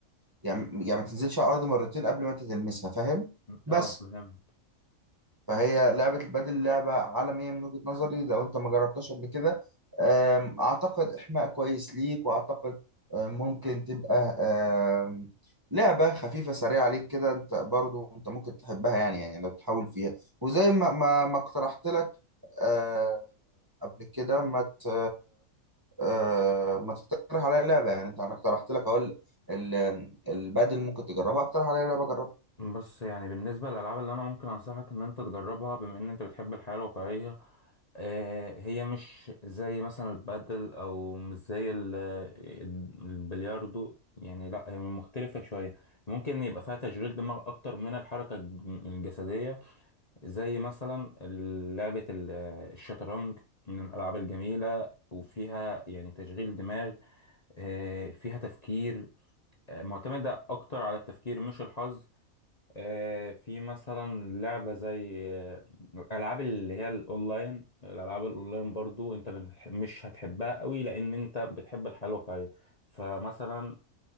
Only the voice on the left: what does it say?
اه فهمت
بص يعني بالنسبة للألعاب اللي أنا ممكن أنصحك إن أنت تجربها بما إن أنت بتحب الحياة الواقعية آه، هي مش زي مثلا البادل أو مش زي ال- البلياردو يعني لأ هي مختلفة شوية ممكن يبقى فيها تشغيل دماغ أكتر من الحركة الجسدية زي مثلا لعبة ال- الشطرنج من الألعاب الجميلة وفيها يعني تشغيل دماغ آه، فيها تفكير آه، معتمدة أكتر على التفكير مش الحظ آه، في مثلا لعبة زي آه، ألعاب اللي هي الأونلاين الألعاب الأونلاين برضو أنت بنح- مش هتحبها قوي لأن أنت بتحب الحياة الواقعية فمثلا